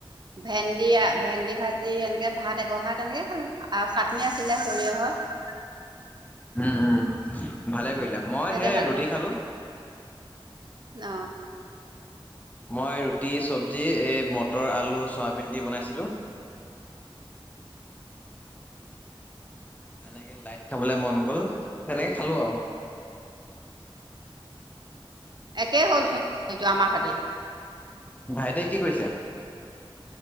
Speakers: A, on the right; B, on the left.
A: ভেন্দি ভেন্দি ভাজি এনেকে ভাত এগঢ়া ভাত এনেকে খালো আৰু চাটনি আছিলে সৰিয় হৰ।
B: উম উম ভালে কৰিলে মই
A: সেইতে
B: হেই ৰুটি খালো।
A: ন
B: মই ৰুটি চব্জি এই মটৰ আলু চয়াবিন দি বনাইছিলোঁ <inaudible> তেনেকে লাইট খাবলে মন গল তেনেকে খালো আও
A: একেই হ'লচোন <unintelligible> আমাৰ সৈতে
B: ভাইটিয়ে কি কৰিছে